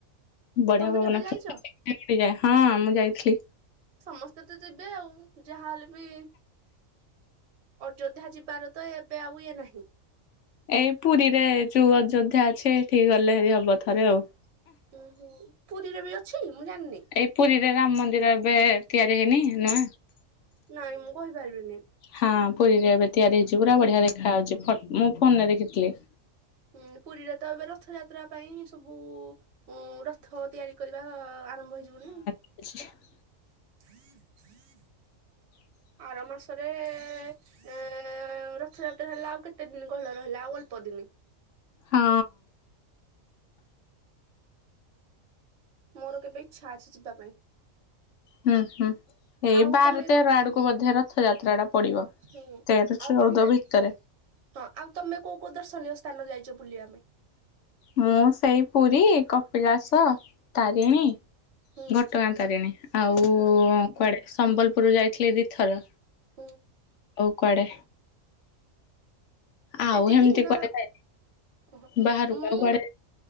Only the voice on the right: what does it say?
ତମେ
କେବେ ଯାଇଛ?
ସମସ୍ତେ ତ ଯିବେ ଆଉ ଯାହାହେଲେ ବି ଅଯୋଧ୍ୟା ଯିବାର ତ ଏବେ ଆଉ ଇଏ ନାହିଁ।
ଉଁ ହୁଁ ପୁରୀରେ ବି ଅଛି ମୁଁ ଜାଣିନି।
ନାଇଁ ମୁଁ କହିପାରିବିନି।
ହୁଁ ପୁରୀରେ ତ ଏବେ ରଥଯାତ୍ରା ପାଇଁ ସବୁ ଉଁ ରଥ ତିଆରି କରିବା ଆରମ୍ଭ ହେଇଯିବଣି?
<inaudible>
ଆର ମାସରେ ଏ ରଥଯାତ୍ରା ହେଲା ଆଉ କେତେ ଦିନି କହିଲ ରହିଲା ଆଉ ଅଳ୍ପ ଦିନି।
ମୋର କେବେ ଇଚ୍ଛା ଅଛି ଯିବା ପାଇଁ।
ଆଉ
ତମେ
ହୁଁ
ଆଉ
ତମେ
ହଁ ଆଉ ତମେ କୋଉ କୋଉ ଦର୍ଶନୀୟ ସ୍ଥାନ ଯାଇଛ ବୁଲିବା ପାଇଁ?
ହୁଁ ହୁଁ
ହୁଁ
ଉଁ।
ଏତିକି
ନା
ଓ ଓହୋ
ମୁଁ